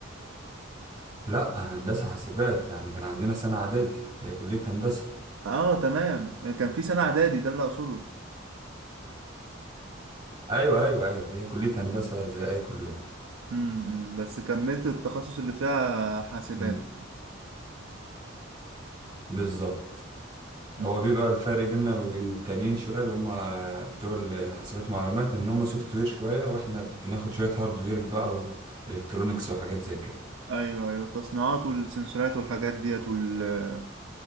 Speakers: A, on the right; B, on the right.
A: لا هندسه حاسبات يعني كان عندنا سنه اعدادي هي كليه هندسه
B: اه تمام كان في سنة إعدادي ده اللي أقصده
A: ايوه ايوه ايوه هي كليه هندسه زي اي كليه
B: امم بس كملت التخصص اللي فيها حاسبات
A: امم بالظبط هو
B: امم
A: بيبقى الفرق بيننا وبين التانيين شوية اللي هم بتوع الحاسبات والمعلومات إن هم سوفت وير شوية وإحنا بناخد شوية هاردوير بقى وإلكترونيكس وحاجات زي كده
B: أيوه أيوه التصنيعات والسنسورات والحاجات ديت وال